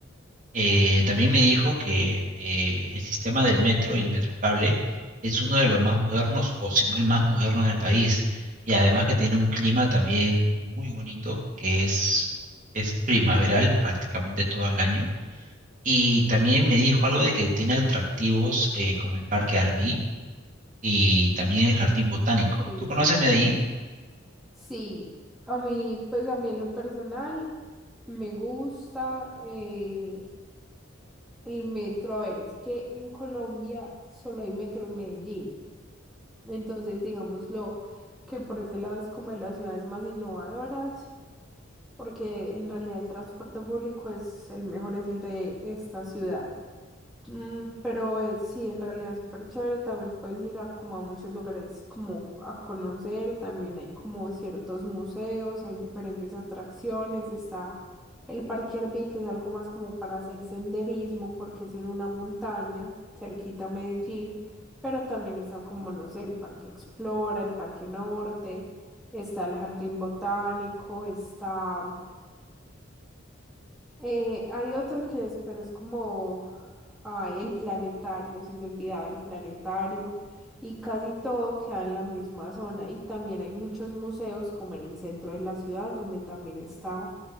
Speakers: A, on the right; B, in the centre.
A: Eh, también me dijo que eh, el sistema del metro y el metrocable es uno de los más modernos, o si no el más moderno del país, y además que tiene un clima también muy bonito, que es, es primaveral prácticamente todo el año. Y también me dijo algo de que tiene atractivos eh, como el Parque Arví y también el Jardín Botánico.
B: Sí.
A: ¿Tú conoces Medellín?
B: Sí, a mí pues a mí en lo personal me gusta eh, el metro, a ver, es que en Colombia solo hay metro en Medellín, entonces digámoslo que por ese lado es como de las ciudades más innovadoras. porque en realidad el transporte público es el mejor, es el de esta ciudad. Mm, pero eh, sí, en realidad es súper chévere, también puedes ir a como a muchos lugares como a conocer, también hay como ciertos museos, hay diferentes atracciones, está el Parque Arví, que es algo más como para hacer senderismo, porque es en una montaña, cerquita a Medellín, pero también están como, no sé, el Parque Explora, el Parque Norte, está el Jardín Botánico, está eh, hay otro que es, pero es como, ay, el planetario, se me olvidaba el planetario, y casi todo queda en la misma zona. Y también hay muchos museos, como en el centro de la ciudad, donde también está,